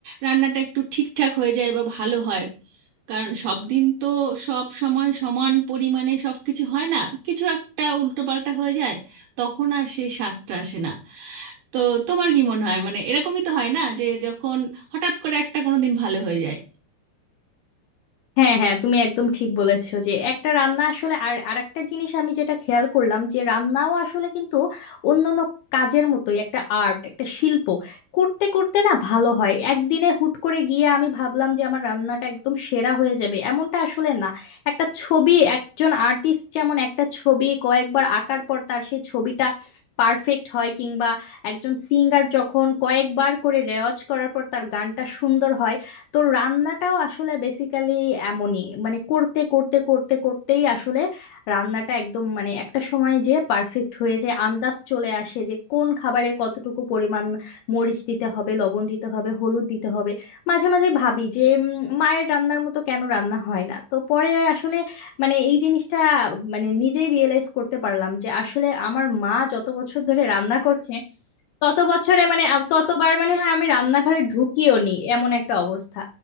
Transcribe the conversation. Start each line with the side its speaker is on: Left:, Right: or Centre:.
Right: রান্নাটা একটু ঠিকঠাক হয়ে যায় বা ভালো হয় কারণ সব দিন তো সব সময় সমান পরিমাণে সব কিছু হয় না কিছু একটা উল্টোপাল্টা হয়ে যায় তখন আর সেই স্বাদটা আসে না তো তোমার কি মনে হয় মানে এরকমই তো হয় না যে যখন হঠাৎ করে একটা কোনো দিন ভালো হয়ে যায়
Left: হ্যাঁ হ্যাঁ তুমি একদম ঠিক বলেছো যে একটা রান্না আসলে আর আরেকটা জিনিস আমি যেটা খেয়াল করলাম যে রান্নাও আসলে কিন্তু অন্যান্য কাজের মতোই একটা আর্ট একটা শিল্প করতে করতে না ভালো হয় একদিনে হুট করে গিয়ে আমি ভাবলাম যে আমার রান্নাটা একদম সেরা হয়ে যাবে এমনটা আসলে না একটা ছবি একজন আর্টিস্ট যেমন একটা ছবি কয়েকবার আঁকার পর তার সেই ছবিটা পারফেক্ট হয় কিংবা একজন সিঙ্গার যখন কয়েকবার করে রেওয়াজ করার পর তার গানটা সুন্দর হয় তো রান্নাটাও আসলে বেসিক্যালি এমনই মানে করতে করতে করতে করতেই আসলে রান্নাটা একদম মানে একটা সময় যে পারফেক্ট হয়ে যায় আন্দাজ চলে আসে যে কোন খাবারে কতটুকু পরিমাণ মরিচ দিতে হবে লবণ দিতে হবে হলুদ দিতে হবে মাঝে মাঝে ভাবি যে উম, মায়ের রান্নার মতো কেন রান্না হয় না তো পরে আসলে মানে এই জিনিসটা মানে নিজেই রিয়েলাইজ করতে পারলাম যে আসলে আমার মা যত বছর ধরে রান্না করছে তত বছরে মানে আ- ততবার মানে হয় আমি রান্নাঘরে ঢুকিও নি এমন একটা অবস্থা